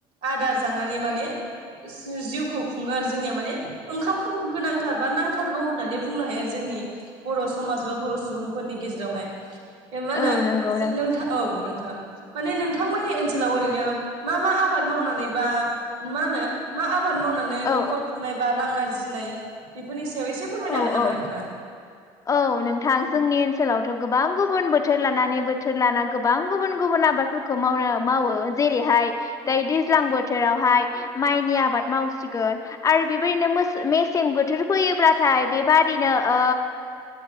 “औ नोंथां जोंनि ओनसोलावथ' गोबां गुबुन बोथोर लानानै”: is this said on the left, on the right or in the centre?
Left